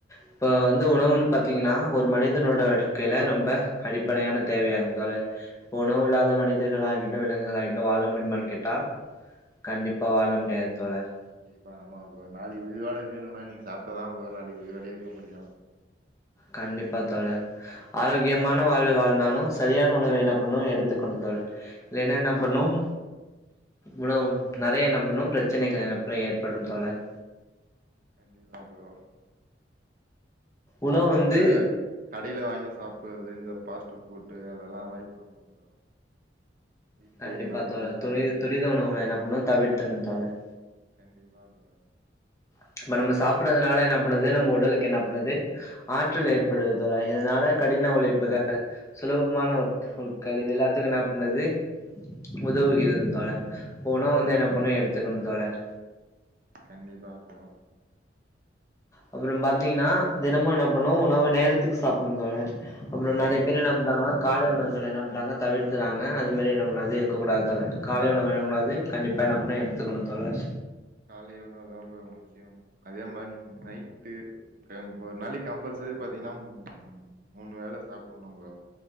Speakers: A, on the left; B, on the right.
A: இப்ப வந்து உணவுன்னு பாத்தீங்கன்னா ஒரு மனிதனோட வாழ்க்கையில ரொம்ப அடிப்படையான தேவையாகும் தோழர் உணவுல்லாத மனிதர்களாகிட்டு விலங்குகளாகிட்டு வாழ முடியுமான்னு கேட்டா கண்டிப்பா வாழ முடியாது தோழர்
B: கண்டிப்பா ஆமா ப்ரோ நாளைக்கு உயிரோட இருக்குணும்னா இன்னைக்கு சாப்பிட்டதா ப்ரோ நாளைக்கு உயிரோடேயே இருக்க முடியும்
A: கண்டிப்பா தோழர்
B: ஆ
A: ஆரோக்கியமான வாழ்வு வாழ்னாலு செரியான உணவை என்ன பண்ணும் எடுத்துக்கணும் தோழர் இல்லைன்னா என்ன பண்ணும் உணவு நெறையா என்ன பண்ணும் பிரச்சனைகள் அப்புறோ ஏற்படும் தோழர்
B: கண்டிபா ப்ரோ
A: உணவு
B: அதாவது
A: வந்து
B: இந்த கடையில வாங்கி சாப்படுறது இந்த ஃபாஸ்ட் ஃபுடு அதெல்லா அவாய்ட் பண்ணு ப்ரோ வீட்லயே
A: கண்டிப்பா
B: நம்மளே
A: தோழர்
B: சமைச்சு
A: துணி துரித
B: ஆ
A: உணவுகளை என் பண்ணும் தவிர்த்தணும்னு தோழர்
B: கண்டிப்பா ப்ரோ
A: ம்ச் இப்ப நம்ம சாப்டாதனால நம்மளுது நம்ம உடலுக்கு என்ன பண்ணுது ஆற்றல் ஏற்படுவது தோழர் இதனால கடின உழைப்புகள் சுலபமான உட் உட்கள் இது எல்லாத்துக்கும் என்ன பண்றது உதவுகிறது தோழர் அப்ப உணவு
B: ம்
A: வந்து என்ன பண்ணனும் எடுத்துக்கணு தோழர்
B: கண்டிப்பா ப்ரோ
A: அப்புறோ பாத்தீங்கன்னா தினமும் என்ன பண்ணும் உணவு நேரத்துக்கு சாப்பிடணும் தோழர் அப்புறோ நெறையா பேர் என்ன பண்றாங்கன்னா காலை உணவுகளை என்ன பண்றாங்கன்னா தவிர்த்துறாங்க அது மாரி என்னகூடாது இருக்கூடாதது தோழர் காலை உணவு வேணக்கூடாது கண்டிப்பாக என்ன பண்ணு எடுத்துக்கணும் தோழர்
B: காலை உணவு தான் ப்ரோ முக்கியம் ம் அதே மாரி நைட்டு ஒரு நாளைக்கு கம்பல்சரி பாத்தீங்கன்னா ம் ம் மூணு வேல சாப்பிடணும் ப்ரோ